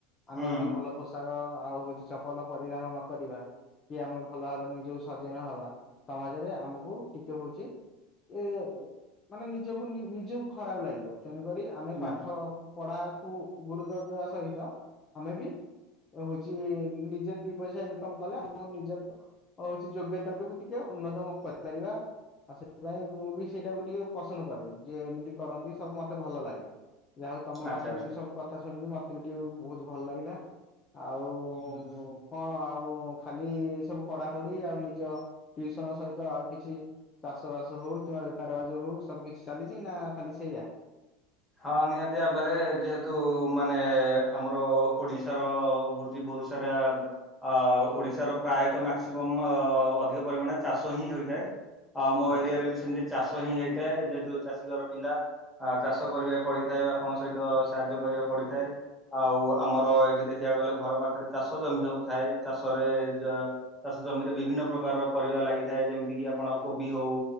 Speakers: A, on the left (about 20°); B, in the centre.
A: ଆମେ
B: ହୁଁ
A: ଯଦି ଭଲ ପୋଷାକ ଆଉ ହଉଛି ଚପଲ ପରିଧାନ ନକରିବା କି ଆମେ ଭଲ ଭାବରେ ନିଜକୁ ସଜ ନହବା, ସମାଜରେ ଆମକୁ ଟିକେ ହଉଚି ଏ ମାନେ ନିଜକୁ, ନିଜକୁ ଖରାପ ଲାଗିବ। ତେଣୁକରି ଆମେ
B: ନିହାତି
A: ପାଠ ପଢାକୁ ଗୁରୁତର ଦେବା ସହିତ ଆମେ ବି ହଉଛି, ନିଜେ ଦି ପଇସା ଇନକମ କଲେ ଆମ ନିଜର ହ ଟ ଉନ୍ନତ କରିପାରିବା ଆଉ ସେଥିପାଇଁ ମୁଁ ବି ସେଇଟାକୁ ଟିକେ ପସନ୍ଦ କରେ ଯିଏ ଏମିତି କରନ୍ତି ସବୁ ମତେ ଭଲ ଲାଗେ। ଯା ହଉ ତମ
B: ଆଚ୍ଛା
A: ପାଖରୁ
B: ଆଚ୍ଛା
A: ଏ ସବୁ କଥା ଶୁଣିକି ମତେ ବି ଟିକେ ବହୁତ ଭଲ ଲାଗିଲା। ଆଉ
B: ହୁଁ ହୁଁ।
A: କଣ ଆଉ ଖାଲି ଏ ସବୁ ପଡାପଢି ଆଉ ନିଜ ଟିୟୁସନ୍ ସହିତ ଆଉ କିଛି ଚାଷ ବାସ ହଉ କିମ୍ବା ବେପାର ବାଣିଜ୍ୟ ହଉ ସବୁ କିଛି ଚାଲିଛି ନା ଖାଲି ସେଇଆ?
B: ହଁ ନିହାତି ଭାବରେ ଯେହେତୁ ମାନେ ଆମର ଓଡିଶାର ହଉଛି ବହୁତ ବହୁସାରା ଅ ଓଡିଶାର ପ୍ରାୟତଃ ମାକ୍ସିମମ୍ ସଅଧିକ ପରିମାଣ ଚାଷ ହିଁ ହୋଇଥାଏ। ଥାଏ ମୋ
A: ଆଚ୍ଛା
B: ଏରିଆରେ ସେମିତି ଚାଷ ହିଁ ହେଇଥାଏ ଯେହେତୁ ଚାଷୀ ଘର ପିଲା ଚାଷ ଚାଷ କରିବାକୁ ପଡିଥାଏ ବାପା ଙ୍କ ସହିତ ସାହାଯ୍ୟ କରିବାକୁ ପଡିଥାଏ ତ ଆଉ ଆମର ଏଇଠି ଦେଖିବାକୁ ଗଲେ ଘର ପାଖରେ ଚାଷ ଜମି ସବୁ ଥାଏ ଚାଷରେ ଯ ଚାଷ ଚାଷ ଜମିରେ ବିଭିନ୍ନ ପ୍ରକାରର ପରିବା ଲାଗିଥାଏ ଯେମିତି କି ଆପଣ କୋବି ହଉ